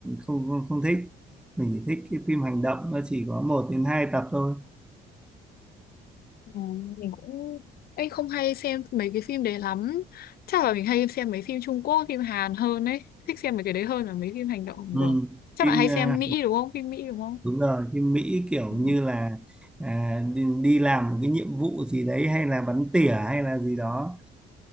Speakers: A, in the centre; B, on the left (about 65°).
A: không không, không thích mình chỉ thích cái phim hành động nó chỉ có một đến hai tập thôi
B: Ừ, mình cũng anh không hay xem mấy cái phim đấy lắm chắc là mình hay xem mấy phim Trung Quốc phim Hàn hơn ấy thích xem mấy cái đấy hơn là mấy phim hành động
A: ừ.
B: của chắc
A: phim
B: bạn hay xem
A: ờ,
B: Mỹ đúng không phim Mỹ đúng không
A: đúng rồi phim Mỹ kiểu
B: ừ.
A: như là à, đi, đi làm một cái nhiệm vụ gì đấy hay là bắn tỉa hay là gì đó